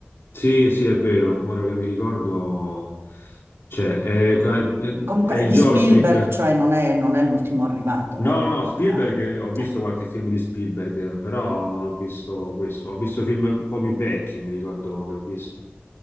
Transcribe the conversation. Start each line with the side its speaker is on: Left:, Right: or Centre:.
Left: Sì, sì, è vero, ora che mi ricordo... Cioè, è, è-
Right: Comunque
Left: è
Right: è
Left: il
Right: di
Left: joystick.
Right: Spielberg, cioè non è, non è l'ultimo arrivato,
Left: No,
Right: ecco.
Left: no, Spielberg,
Right: eh,
Left: eh, ho visto
Right: eh, eh,
Left: qualche film di Spielberg, eh, però non ho visto questo. Ho visto film un po' più vecchi, mi ricordo che ho visto.